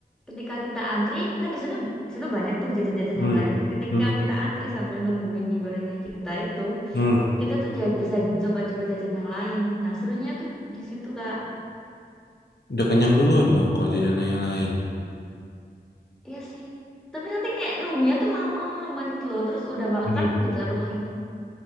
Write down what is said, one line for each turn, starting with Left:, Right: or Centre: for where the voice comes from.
Centre: ketika kita antri, kan di sana di situ banyak tuh jajan-jajan
Left: hmm,
Centre: yang lain. Ketika
Left: hmm,
Centre: kita antri sambil nungguin mie gorengnya kita itu,
Left: hmm.
Centre: kita tuh ja- bisa coba-coba jajan yang lain. Nah, serunya tuh di situ, Kak.
Left: Udah kenyang duluan dong kalau jajanan yang lain.
Centre: Iya sih. Tapi nanti kayak nunggunya tuh lama banget gitu loh. Terus udah makan
Left: Hmm.
Centre: jadi lapar lagi.